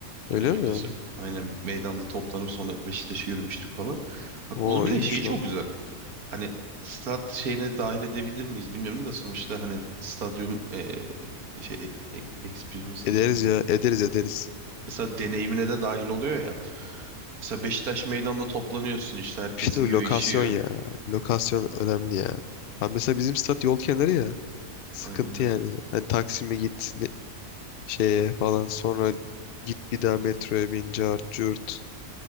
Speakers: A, on the left; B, on the right.
A: Öyle
B: Ee, öncesi
A: mi?
B: aynen meydanda toplanıp sonra Beşiktaş'a yürümüştük falan. Bak
A: Oo
B: onun bir
A: iyiymiş
B: de şeyi çok
A: lan.
B: güzel. Hani stat şeyine dahil edebilir miyiz bilmiyorum da sonuçta hani stadyum eee, şey e- e, experience
A: Ederiz
B: diyeceğim.
A: ya. Ederiz ederiz.
B: Mesela deneyimine de dahil oluyor ya. Mesela Beşiktaş meydanda toplanıyorsun işte herkes
A: İşte
B: yiyor
A: o lokasyon
B: içiyor.
A: ya. Lokasyon önemli ya. Ha mesela bizim stat yol kenarı ya. Sıkıntı
B: Aynen öyle.
A: yani. Hani Taksim'e git ne- şeye falan sonra git bir daha metroya bin cart curt.